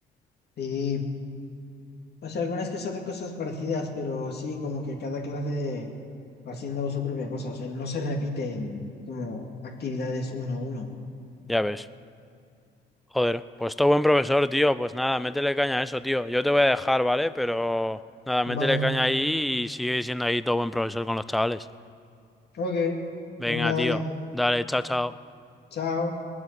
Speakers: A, on the left; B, in the centre.
A: Sí. O sea, algunas que se hacen cosas parecidas, pero sí, como que cada clase... va haciendo su propia cosa, o sea, no se repiten como actividades uno a uno.
B: Ya ves. Joder, pues todo buen profesor, tío. Pues nada, métele caña a eso, tío. Yo te voy a dejar, ¿vale? Pero nada,
A: Vale,
B: métele caña ahí y sigue siendo ahí todo buen profesor con los chavales.
A: ok,
B: Venga,
A: venga,
B: tío.
A: dale,
B: Dale, chao, chao.
A: chao.